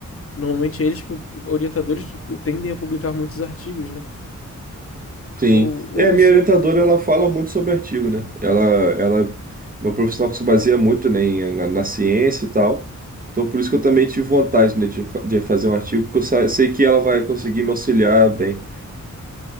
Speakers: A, on the left (about 45°); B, on the right (about 25°).
A: normalmente eles, tipo, orientadores, tendem a publicar muitos artigos, né?
B: Sim.
A: O, o,
B: É, a
A: o
B: minha
A: seu.
B: orientadora, ela fala muito sobre artigo, né? Ela, ela é uma profissional que se baseia muito, né, em- na, na ciência e tal. Então, por isso que eu também tive vontade, né, de, fa- de fazer um artigo, porque eu sa- sei que ela vai conseguir me auxiliar bem.